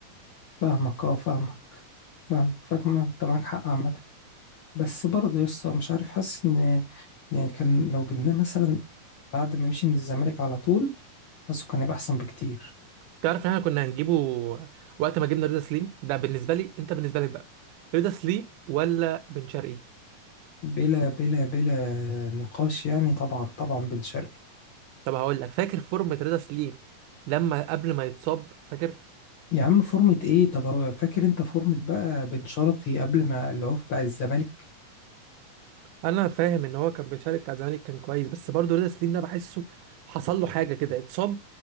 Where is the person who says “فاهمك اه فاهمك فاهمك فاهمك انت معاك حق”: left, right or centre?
Left